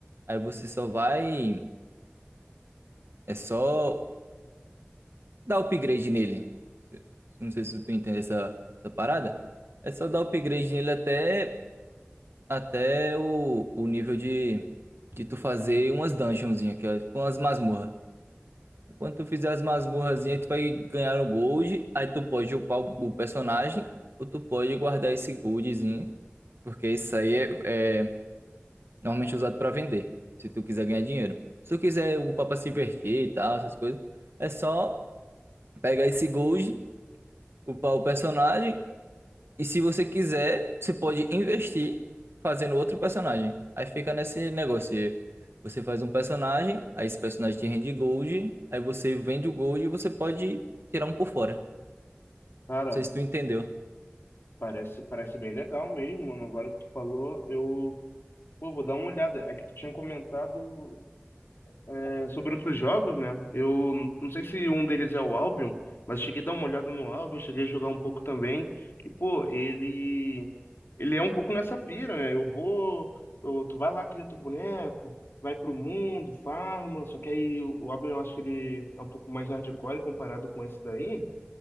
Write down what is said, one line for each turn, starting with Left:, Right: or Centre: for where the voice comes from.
Right: Aí você só vai. É só dar upgrade nele. Não sei se tu entende essa, essa parada. É só dar upgrade nele até, até o, o nível de, de tu fazer umas dungeonzinhas, que é tipo umas masmorras. Quando tu fizer as masmorrazinhas, tu vai ganhar o gold. Aí tu pode upar o o personagem, ou tu pode guardar esse goldzinho. Porque isso aí é, é normalmente usado para vender. Se tu quiser ganhar dinheiro. Se tu quiser upar pra se divertir e tal, essas coisas, é só pegar esse gold, upar o personagem. E se você quiser, você pode investir fazendo outro personagem. Aí fica nesse negócio. e Você faz um personagem, aí esse personagem te rende gold, aí você vende o gold e você pode tirar um por fora. Não
Left: Cara,
Right: sei se tu entendeu.
Left: parece, parece bem legal mesmo, mano. Agora que tu falou, eu. Pô, vou dar uma olhada. É que tu tinha comentado. É, sobre outros jogos, né? Eu n- não sei se um deles é o Albion, mas cheguei a dar uma olhada no Albion, cheguei a jogar um pouco também. E, pô, ele ele é um pouco nessa pira, né? Eu vou, tu, tu vai lá, cria teu boneco, vai pro mundo, farma, só que aí o o Albion eu acho que ele é um pouco mais hardcore comparado com esse daí.